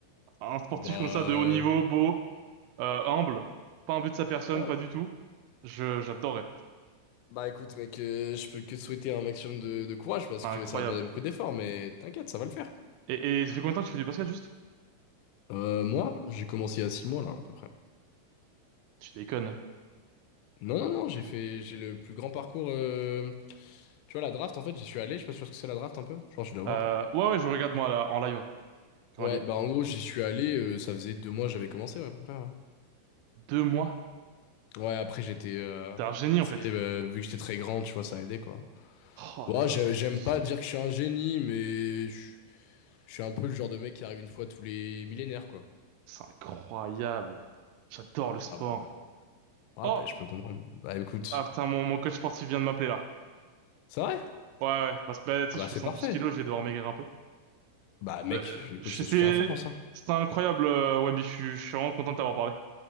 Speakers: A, on the right; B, on the left.
A: hein. Un sportif
B: Bah.
A: comme ça, de haut niveau, beau euh, humble, pas un but de sa personne,
B: Ouais.
A: pas du tout. Je, j'adorais.
B: Bah écoute mec, euh, je peux que te souhaiter un maximum de, de courage parce
A: C'est
B: que
A: incroyable.
B: ça va demander beaucoup d'efforts, mais t'inquiète, ça va le faire.
A: Et, et ça fait combien de temps que tu fais du basket juste?
B: Euh, moi, j'ai commencé il y a 6 mois là à peu près.
A: Tu déconnes.
B: Non, non, non, j'ai fait, j'ai le plus grand parcours. euh, Tu vois, la draft en fait, j'y suis allé, je sais pas sûr ce que c'est la draft un peu. Je pense que je dois voir.
A: Euh, ouais, ouais, je regarde moi là, en live, quand
B: Ouais,
A: elle y est.
B: bah en gros, j'y suis allé, euh, ça faisait deux mois que j'avais commencé ouais, à peu près. Ouais,
A: Deux mois.
B: Ouais, après j'étais... euh,
A: T'es un génie en
B: Tu
A: fait.
B: sais, euh, vu que j'étais très grand, tu vois, ça a aidé quoi.
A: Oh
B: Bon,
A: là
B: ah,
A: là,
B: j'ai- j'aime
A: c'est
B: pas dire que je suis un génie, mais je je suis un peu le genre de mec qui arrive une fois tous les millénaires quoi.
A: c'est incroyable. J'adore le sport.
B: Après, Ah
A: Oh,
B: bah je peux comprendre. Bah écoute,
A: ah putain, mon, mon coach sportif vient de m'appeler là.
B: c'est vrai?
A: Ouais, ouais, parce que bah, tu sais,
B: Ah bah
A: je fais
B: c'est
A: 112
B: parfait.
A: kilos, je vais devoir maigrir un peu.
B: Bah mec,
A: Bah, euh,
B: écoute,
A: je-
B: je te
A: c'est
B: soutiens à fond pour ça.
A: c'est incroyable, euh, Wemby, je suis je suis vraiment content de t'avoir parlé.